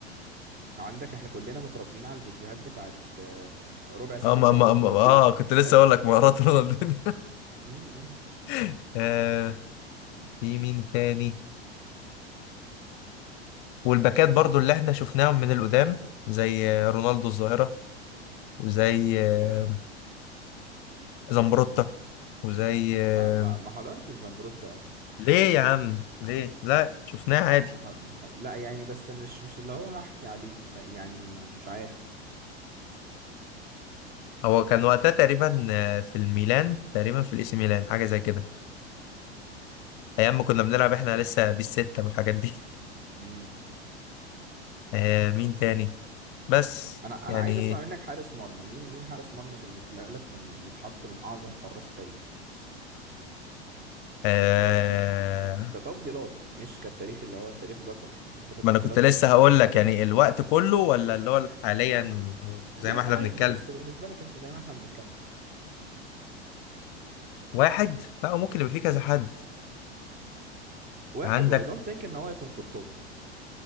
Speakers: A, on the right; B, on the left.
A: عندك احنا كلنا متربيين على الفيديوهات بتاعت آه، آه، ربع ساعة
B: اه
A: من
B: ما
A: مهارات
B: ما ما
A: رونالدينيو
B: اه كنت
A: فاهم
B: لسه اقول لك مهارات رونالدينيو
A: م- م.
B: <laughs> آه في مين تاني والباكات برضو اللي احنا شفناهم من القدام زي آه، رونالدو الظاهرة وزي
A: ماشي
B: آه، زمبروتا وزي آه،
A: ما ما ما حضرتش زمبروتا قوي
B: ليه يا عم ليه لا شفناه عادي
A: ما ما, ح- ما ح- لا يعني بس مش مش اللي هو هحكي عليه فيعني ما مش عارف
B: هو كان وقتها تقريبا آه، في الميلان تقريبا في الاي سي ميلان حاجة زي كده ايام ما كنا بنلعب احنا لسه بالستة والحاجات دي
A: امم
B: <laughs> آه مين تاني بس
A: انا
B: يعني
A: انا عايز اسمع منك حارس مرمى مين مين حارس مرمى بالنسبه لك من يتحط من اعظم حراس التاريخ
B: آه
A: كتفضيلات مش كالتاريخ اللي هو التاريخ ذكره يعني انت كتفضيلاتك
B: ما انا كنت لسه
A: انت
B: هقول لك يعني الوقت كله ولا اللي هو حاليا زي
A: لا
B: ما احنا
A: بقى
B: بنتكلم
A: عادي بس بالنسبه لك انت زي ما احنا بنتكلم
B: واحد لا هو ممكن يبقى فيه كذا حد
A: واحد
B: عندك
A: واي دونت ثينك ان هو هيكون كورتوا